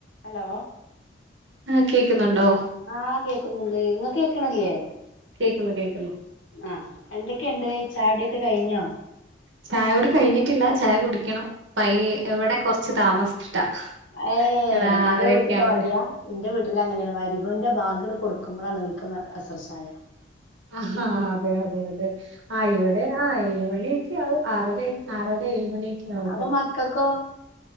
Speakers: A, on the left; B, on the right.
A: ഹലോ
B: ആ കേക്ക്ന്ന്ണ്ടോ
A: ആഹ് കേക്കുന്നുണ്ട് ഇങ്ങക്ക് കേക്ക്ണ്ല്ലേ
B: കേൾക്ക്‌ന്ന് കേക്ക്‌ന്ന്
A: ആഹ് എന്തൊക്കെയ്ണ്ട് ചായൊടിയൊക്കെ കഴിഞ്ഞോ
B: ചായോടി കഴിഞ്ഞിട്ടില്ല ചായ കുടിക്കണം പൈയ്യെ ഇവിടെ കൊറച്ച് താമസിച്ചിട്ടാ
A: ഏ
B: ഞങ്ങള്
A: ഇന്റെ
B: ആറരയൊക്കെ
A: വീട്ത്തെ
B: ആവുമ്പഴേ
A: മാരിയാ ഇന്റെ വീട്ടില് അങ്ങനെണ് മഗ്റിബിന്റെ ബാങ്ക് കൊടുക്കുമ്പോളാണ്ഓല്ക് അസർ ചായ
B: ആ ആഹ അതെ അതെയഅതെ ആ ഇവിടെ ആ ഏഴുമണിയൊക്കെ ആ ആറര ആറര ഏഴുമണിയൊക്കെ ആ
A: അപ്പൊ മക്കക്കോ